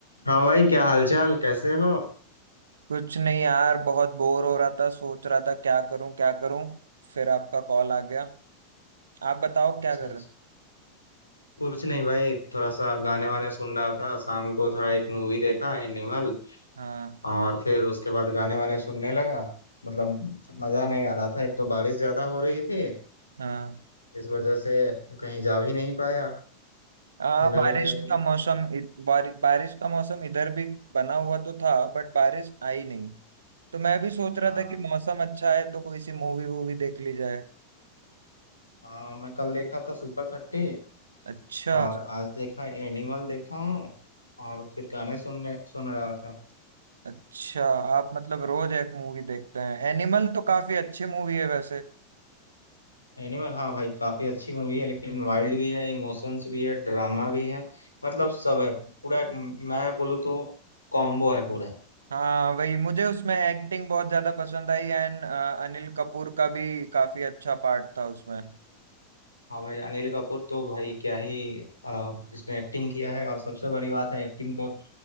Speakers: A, on the left; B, on the right.
A: हाँ भाई क्या हालचाल कैसे हो
B: कुछ नहीं यार बहुत बोर हो रहा था सोच रहा था क्या करूं क्या करूं फिर आपका कॉल आ गया आप बताओ
A: अच्छा
B: क्या कर
A: अच्छा
B: रहे हो
A: कुछ नहीं भाई थोड़ा सा गाने वाने सुन रहा था शाम को थोड़ा एक मूवी देखा एनिमल
B: हाँ
A: और फिर उसके बाद गाने वाने सुनने लगा मतलब मजा नहीं आ रहा था एक तो बारिश ज्यादा हो रही थी
B: हाँ
A: इस वजह से कहीं जा भी नहीं पाया
B: आ,
A: जनरली
B: बारिश
A: मेरे को
B: का मौसम इ- बारि, बारिश का मौसम इधर भी बना हुआ तो था बट बारिश आई नहीं तो मैं भी सोच रहा
A: हाँ
B: था कि मौसम अच्छा है तो कोई सी मूवी वूवी देख ली जाए
A: हाँ, मैं कल देखा था सुपर थर्टी
B: अच्छा
A: और आज देखा एनिमल देखा हूँ और फिर गाने सुनने सुन रहा था
B: अच्छा आप मतलब रोज एक मूवी देखते हैं एनिमल तो काफी अच्छी मूवी है वैसे
A: एनिमल हाँ भाई काफी अच्छी मूवी है लेकिन वाइल्ड भी है इमोशंस भी है ड्रामा भी है मतलब सब है पूरा एक मैं बोलूँ तो कॉम्बो है पूरा
B: हाँ वही मुझे उसमें एक्टिंग बहुत ज्यादा पसंद आई एंड अनिल कपूर का भी काफी अच्छा पार्ट था उसमें
A: हाँ भाई अनिल कपूर तो भाई क्या ही आ, इसमें एक्टिंग किया है और सबसे बड़ी बात है एक्टिंग तो